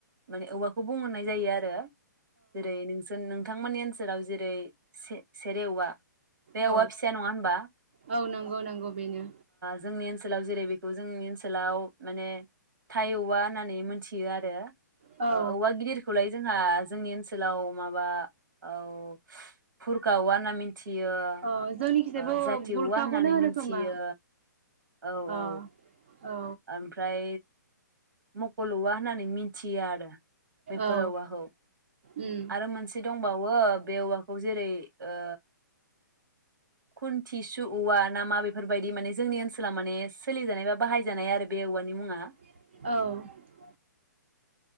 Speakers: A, on the right (about 85°); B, on the right (about 35°).
A: माने औवाखौ बुंहरनाय जायो आरो जेरै नोंसोरनों बिथांमोननि ओनसोलाव जेरै से-सेरेवा बे औवा
B: औ
A: फिसाया नंङा होनबा?
B: औ नंगौ नंगौ बेनो
A: जोंनि ओ सोलाव जेरै बेखौ जोंनि ओनसोलाव माने थाइ औवा होननानै मोनथि यो आरो।
B: औ
A: ओ औवा गिदिरखौलाय जोंहा जोंनि ओनसोलाव माबा औ फुर गावा मिथियो
B: अ जोंनिखिजायबो
A: ओ जाथि
B: बुरखाखौनो
A: औवा होननानै
B: होनो
A: मिथियो
B: खोमा
A: औ
B: अ
A: औ
B: औ
A: ओमफ्राय मख'ल'वा होननानै मिथ मिथियो आरो बेफोर
B: औ
A: औवाखौ
B: उम
A: आरो मोनसे दंबावो बे औवाख खौ जेरै ओ खुन्थिसु औवा नाामा बेफोरबायदि माने जोंनि ओनसोला माने सोलिजानाय बा बाहायजानाय आरो बे औवानि मुङा।
B: औ